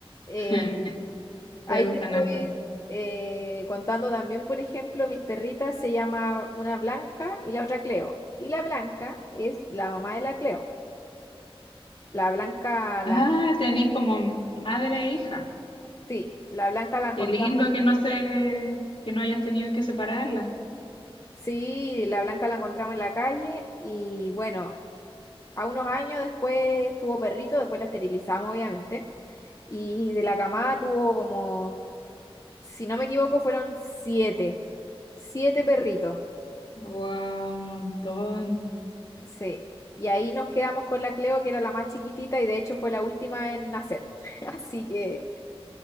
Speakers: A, on the left; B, on the left.
A: eh,
B: <laughs>
A: Ahí
B: te gustan
A: te voy
B: harto.
A: eh, contando también, por ejemplo, mis perritas se llama una Blanca y la otra Cleo. Y la Blanca es la mamá de la Cleo. La Blanca
B: Ah,
A: la, encon-
B: tenés como madre e hija.
A: sí, la Blanca la encontramos,
B: Qué lindo que no se, que no hayas tenido que separarlas.
A: sí, la Blanca la encontramos en la calle y bueno, a unos años después tuvo perrito, después la esterilizamos obviamente. Y de la camada tuvo como, si no me equivoco, fueron siete, siete perritos.
B: Wow, un montón.
A: Sí, y ahí nos quedamos con la Cleo, que era la más chiquitita y de hecho fue la última en nacer. <laughs> Así que